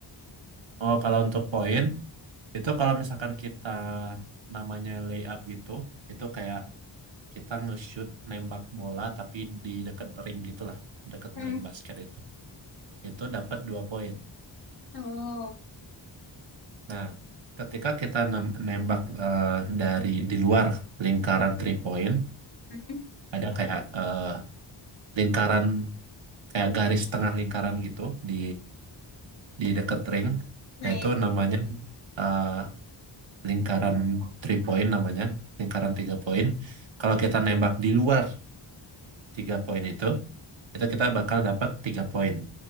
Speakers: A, on the right (about 70°); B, on the left (about 50°).
A: Oh, kalau untuk poin itu kalau misalkan kita namanya layup gitu, itu kayak kita nge-shoot nembak bola tapi di deket ring gitulah, deket
B: hmm.
A: ring basket itu. Itu dapat dua poin.
B: Oh,
A: Nah, ketika kita nem- nembak eh, dari di luar lingkaran three point,
B: hmm.
A: ada kayak eh, lingkaran kayak garis tengah lingkaran gitu di di dekat ring.
B: Nah,
A: Nah,
B: ya.
A: itu namanya eh, lingkaran three point namanya, lingkaran tiga poin. Kalau kita nembak di luar tiga poin itu, itu kita bakal dapat tiga poin.